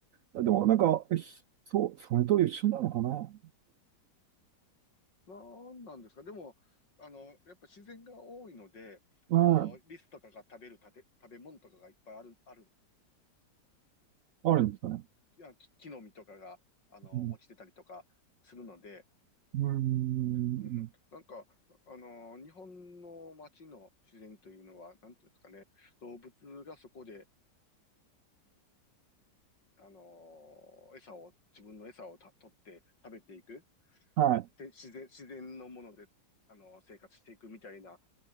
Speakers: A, on the right (about 75°); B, on the left (about 90°).
A: でも、なんか、ひそう、それと一緒なのかな
B: なんなんですかでも、あの、やっぱ自然が多いので、
A: はい
B: その、リスとかが食べるたて食べ物とかがいっぱいある、ある、
A: あるんですかね。
B: いや木木の実とかが、あの、
A: うん。
B: 落ちてたりとかするので、
A: うん
B: うん、なんか、あの、日本の街の自然というのは、なんていうんですかね、動物がそこで、あの、餌を、自分の餌をた取って食べていく、
A: はい。
B: で、自然、自然のもので、あの、生活していくみたいな